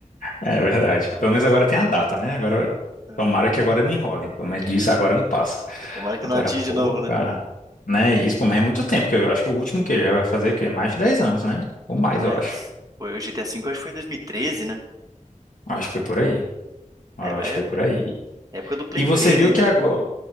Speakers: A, on the left; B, on the right.
A: É verdade. Pelo menos agora tem a data, né? Agora,
B: cara?
A: tomara que agora não enrolem. Pelo menos disso
B: É,
A: agora não passa.
B: tomara
A: Agora,
B: que não adie de
A: pô,
B: novo, né?
A: cara. Né, isso, pô, mas é muito tempo, que eu acho que o último que já vai fazer o quê? Mais de 10 anos, né? Ou mais,
B: Mas,
A: eu acho.
B: foi o GTA V eu acho que foi 2013, né?
A: Acho que foi por aí. Acho
B: É, é
A: que
B: época,
A: foi por aí.
B: época do Play
A: E você
B: 3
A: viu
B: ainda,
A: que agora.
B: né?